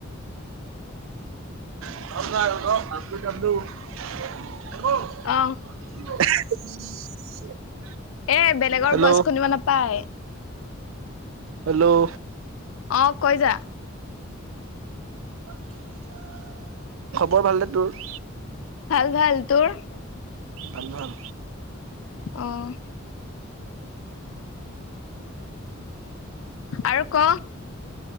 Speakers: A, on the right; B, on the left.
A: <unintelligible>
B: অ
A: <unintelligible>
B: এ বেলেগৰ
A: হেল্ল'
B: ভইচ শুনিব নাপায়
A: হেল্ল'
B: অ কৈ যা
A: <unintelligible> <inaudible> খবৰ ভালনে তোৰ?
B: ভাল ভাল তোৰ
A: ভাল ভাল
B: অহ আৰু ক